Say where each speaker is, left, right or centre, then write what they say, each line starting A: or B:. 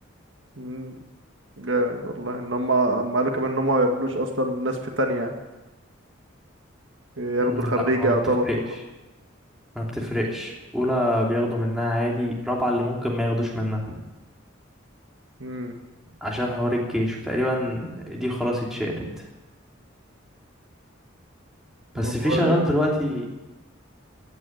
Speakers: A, on the right (about 65°); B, in the centre.
A: مم، جامد والله ان هم هم قالوا كمان ان هم ما يقبلوش اصلا الناس في تانية يعني ياخدوا
B: مم،
A: خريجة
B: لا هو
A: يعتبر
B: ما بتفرقش
A: كلهم
B: ما بتفرقش أولى بياخدوا منها عادي رابعة اللي ممكن ما ياخدوش منها
A: امم
B: عشان حوار الجيش وتقريبا دي خلاص اتشالت
A: والله
B: بس في شغال
A: جامد
B: دلوقتي